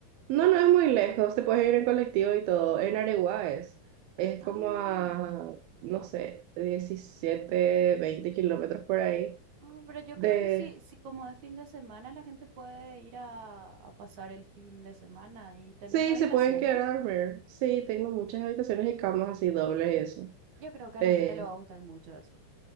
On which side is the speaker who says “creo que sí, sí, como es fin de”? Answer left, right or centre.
Right